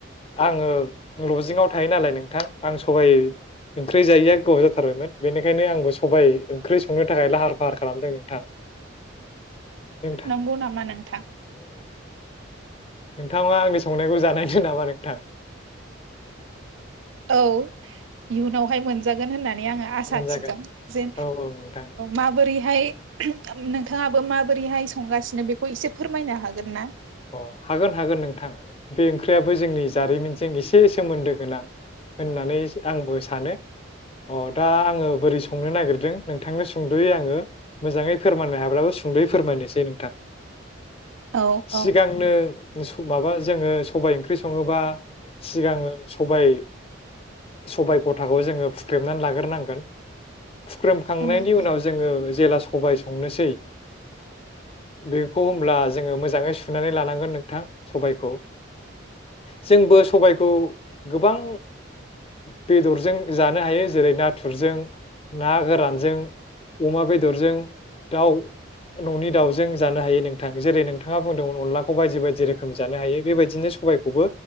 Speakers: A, on the left (about 30°); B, on the right (about 75°).
A: आङो लजिंआव थायो नालाय नोंथां आं सबाइ ओंख्रि जायैया गोबाव जाथारबायमोन बेनिखायनो आंबो सबायाइ ओंख्रि संनो थाखाय लाहार फाहार खालामदों नोंथां। नोंथां
B: नंगौ नामा नोंथां
A: नोंथांङा आंनि संनायखौ जानायनो‌ नामा नोंथां?
B: औ इयुनावहाय मोन जागोन होननानै आङो आसा
A: मोनजागोन
B: थिदों जे
A: औ औ नोंथां
B: माबोरैहाय नोंथाङाबो माबोरैहाय संगासिनो बेखौ? एसे फोरमायनो हागोन ना
A: अ हागोन हागोन नोंथां बे ओख्रियाबो जोंनि जारिमिनजों एसे सोमोन्दो गोनां होननानै आंबो सानो अ दा आङो बोरै संनो नागिरदों नोंथांनो सुंद'यै आङो मोजाङै फोरमायनो हाब्लाबो सुंद'यै फोरमायनोसै नोंथां-
B: औ
A: सिगांनो
B: औ
A: माबा जोङो सबाय ओंख्रि सङोबा सिगाङो सबाय सबाय गथाखौ जोङो फुख्रेमनानै लाग्रोनांगोन फुख्रेमखांनायनि
B: उम
A: उनाव
B: उम
A: जोङो जेला सबाय संनोसै बे खौ होमब्ला जोङो मोजाङै सुनानै लानांगोन नोंथां सबायखौ जोंबो सबायखौ गोबां बेदरजों जानो हायो जेरै नाथुरजों ना गोरानजों अमा बेदरजों दाउ न'नि दाउजों जानो हायो नों थां जेरै नोंथाङा बुंदोंमोन अनलाखौ बायदि बायदि रोखोमनि जानो हायो बेबायदिनो सबायखौबो